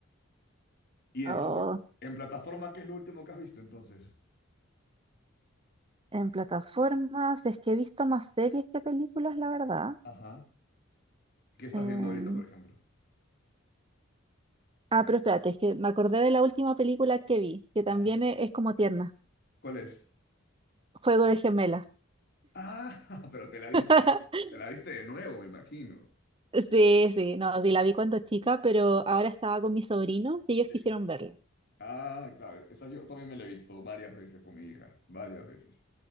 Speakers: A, on the left (about 55°); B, on the right (about 25°).
A: Y entonces,
B: oh.
A: en plataforma, ¿qué es lo último que has visto entonces?
B: En plataformas, es que he visto más series que películas, la verdad.
A: Ajá, ¿Qué estás
B: Em,
A: viendo ahorita, por ejemplo?
B: ah, pero espérate, es que me acordé de la última película que vi, que también
A: ajá.
B: e- es, como tierna.
A: ¿Cuál es?
B: Juego de gemelas.
A: Ah, <laughs> pero te la viste
B: <laughs>
A: de, nu- te la viste de nuevo, me imagino.
B: Sí, sí, no, sí, la vi cuando chica, pero ahora estaba con mis sobrinos y ellos
A: Sí.
B: quisieron verla.
A: Ah, claro, esa yo también me la he visto varias veces con mi hija, varias veces.